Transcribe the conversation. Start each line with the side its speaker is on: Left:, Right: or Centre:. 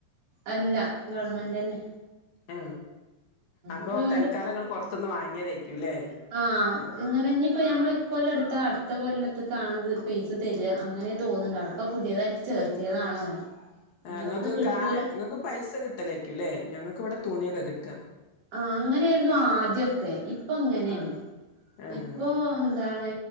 Right: അല്ല ഗവൺമെൻറ് എന്നെ
Left: ആ അപ്പോ
Right: അപ്പൊ
Left: തൽക്കാലം ങ്ങൾ പൊറ്ത്ത്ന്ന് വാങ്ങിയതേയ്ക്കും ലെ
Right: ആ ഇങ്ങനെ ഇപ്പോ ഞമ്മൾ ഇ കൊല്ലം എട്‌ത്ത അടുത്ത കൊല്ലത്ത് കാണ് ഇത് പൈസ തെര അങ്ങനെ തോന്ന്ണ്ട് അവിടെപ്പ പുതിയതായിട്ട് ട്ട് ചേർത്തിയതാണ് ഓനെ ഇഞ്ഞി
Left: ആ ങ്ങക്ക്
Right: അവ്ട്ന്ന് കിട്ടൂല
Left: കാ നിങ്ങൾക്ക് പൈസ കിട്ടലേക്കൂ ലെ ഞങ്ങൾക്ക് ഇവിടെ തുണിയൊക്കെ കിട്ട
Right: ആ അങ്ങനെര്ന്നു ആദ്യോക്കെ ഇപ്പൊ ങ്ങനെണ്
Left: ആഹ് ആഹ്
Right: ഇപ്പൊ അതാണ്